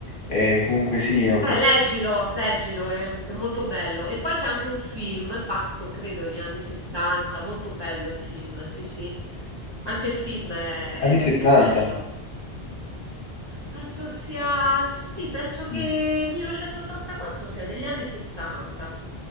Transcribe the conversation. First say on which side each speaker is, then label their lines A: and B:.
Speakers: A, on the left (about 55°); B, on the right (about 30°).
A: Eh, comunque sì, ho,
B: Beh, leggilo, leggilo, è, è molto bello. E poi c'è anche un film fatto, credo, negli anni 70, molto bello il film, sì, sì. Anche il film è,
A: Anni 70.
B: è è bello. Penso sia, sì, penso che
A: Mm.
B: 1984 sia degli anni 70.